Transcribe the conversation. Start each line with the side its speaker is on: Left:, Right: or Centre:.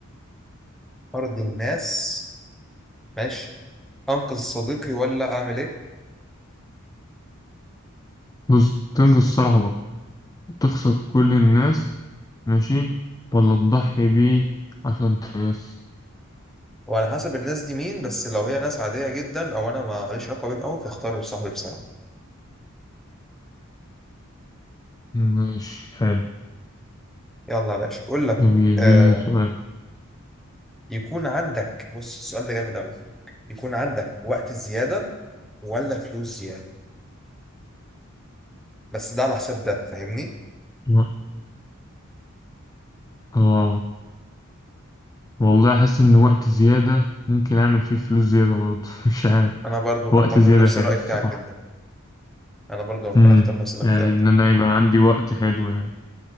Centre: وارض الناس ماشي انقذ صديقي ولا اعمل ايه
Left: بص تنقذ صاحبك وتخسر كل الناس ماشي ولا تضحي بيه عشان ترضي الناس
Centre: وعلى حسب الناس دي مين بس لو هي ناس عادية جدا او انا ما ماليش علاقة بيهم قوي فاختار صاحبي بصراحة
Left: ماشي حلو
Centre: يلا يا باشا اقول لك
Left: جميل
Centre: آه
Left: اديني سؤال
Centre: يكون عندك بص السؤال ده جامد قوي يكون عندك وقت زيادة ولا فلوس زيادة بس ده على حساب ده فاهمني
Left: لا. اه والله احس ان وقت زيادة ممكن اعمل فيه فلوس زيادة برضه <laughs> مش عارف
Centre: انا برضو
Left: وقت
Centre: انا برضو
Left: زيادة
Centre: من نفس
Left: حلو
Centre: الرأي
Left: الصراحة
Centre: بتاعك جدا انا برضو لو مكان
Left: امم
Centre: اختار نفس الاختيار
Left: يعني ان انا يبقى عندي وقت حلو يعني